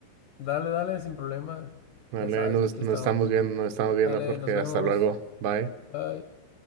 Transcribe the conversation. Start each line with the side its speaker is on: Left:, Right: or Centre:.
Left: dale, dale, sin problema.
Right: Vale,
Left: Ya sabes
Right: ahí nos,
Left: que aquí estamos.
Right: nos estamos viendo, nos estamos viendo,
Left: Dale,
Right: Jorge.
Left: nos vemos.
Right: Hasta luego. Bye.
Left: Bye.